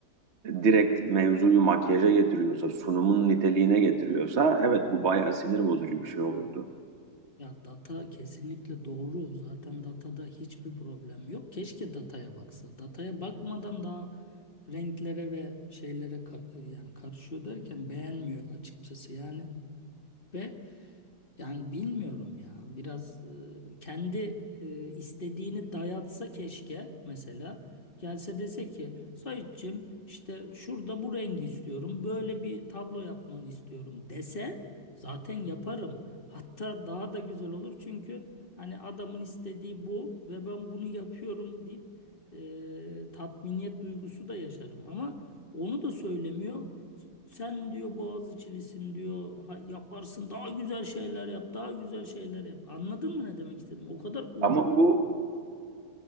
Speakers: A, on the right; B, on the left.
A: direkt mevzuyu makyaja getiriyorsa, sunumun niteliğine getiriyorsa evet bu bayağı sinir bozucu bir şey olurdu.
B: Ya data kesinlikle doğru. Zaten datada hiçbir problem yok. Keşke dataya baksa. Dataya bakmadan daha renklere ve şeylere ka- yani karışıyor derken beğenmiyor açıkçası. Yani Ve yani bilmiyorum ya biraz e, kendi e, istediğini dayatsa keşke mesela gelse dese ki Saitçiğim işte şurada bu rengi istiyorum böyle bir tablo yapmanı istiyorum dese zaten yaparım. Hatta daha da güzel olur çünkü hani adamın istediği bu ve ben bunu yapıyorum deyip e, tatminiyet duygusu da yaşarım ama onu da söylemiyor. Sen diyor Boğaziçi'lisin diyor. Ha- yaparsın. Daha güzel şeyler yap. Daha güzel şeyler yap. Anladın mı ne demek istedim? O kadar ucu
A: Ama bu